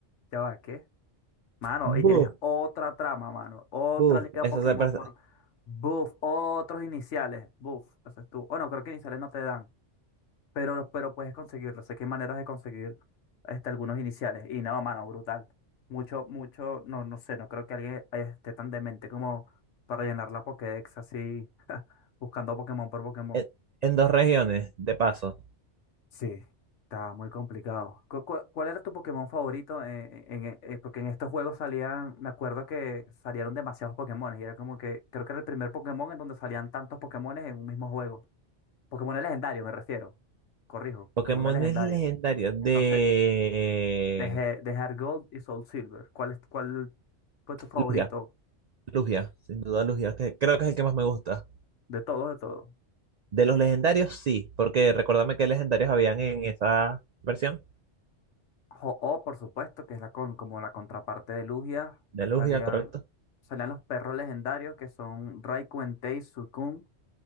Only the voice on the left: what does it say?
Ya va, ¿qué? Mano,
y tienes otra trama, mano. Otra
liga
Pokémon
por... Buf, otros iniciales. Buf, eso es tú. Bueno, creo que iniciales no te dan, pero, pero puedes conseguirlo. Sé que hay maneras de conseguir este, algunos iniciales. Y no, mano, brutal. Mucho, mucho, no, no sé, no creo que alguien eh, esté tan demente como para llenar la Pokédex así, buscando Pokémon por Pokémon.
Sí, está muy complicado. ¿Cu- cu- ¿Cuál era tu Pokémon favorito? eh, en- en- eh, porque en estos juegos salían, me acuerdo que salieron demasiados Pokémones y era como que, creo que era el primer Pokémon en donde salían tantos Pokémones en un mismo juego. Pokémon legendarios, me refiero. Corrijo, Pokémon
legendarios.
Entonces,
dejé, dejar Gold y Soul Silver. ¿Cuál es, cuál fue tu favorito
de todos, de todos?
O, por supuesto, que es la con, como la contraparte de Lugia,
salían,
salían los perros legendarios que son Raikuen, Tei, Suicune,